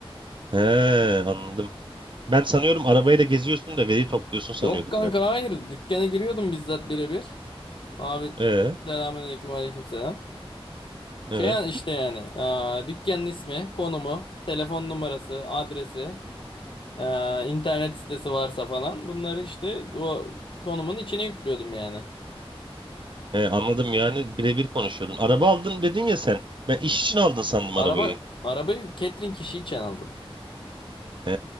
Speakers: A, on the right; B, on the left.
A: He, anladım. Ben sanıyorum arabayla geziyorsun da veri topluyorsun sanıyordum
B: Yok kanka
A: ben.
B: hayır. Dükkana giriyordum bizzat birebir. Abi
A: E,
B: selamünaleyküm aleykümselam. Şey
A: evet.
B: yani işte yani aa, dükkanın ismi, konumu, telefon numarası, adresi, eee, internet sitesi varsa falan bunları işte o konumun içine yüklüyordum yani.
A: E, anladım yani birebir konuşuyordun. Araba aldın dedin ya sen. Ben iş için aldın sandım
B: Araba
A: arabayı.
B: arabayı catering kişi için aldım.
A: He,